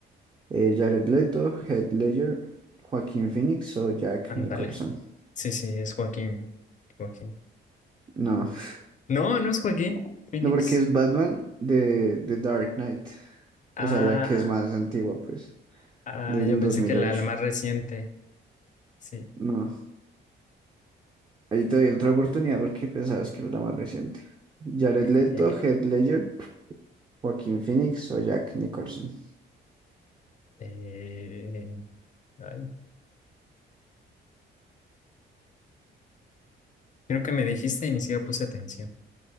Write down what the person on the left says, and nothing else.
Ándale.
Sí, sí, es Joaquín. Joaquín.
No, no es Joaquín. Phoenix.
Ah,
ah,
yo
pensé
que la,
la más reciente. Sí.
<laughs>
Eh, ay, creo que me dijiste y ni siquiera puse atención.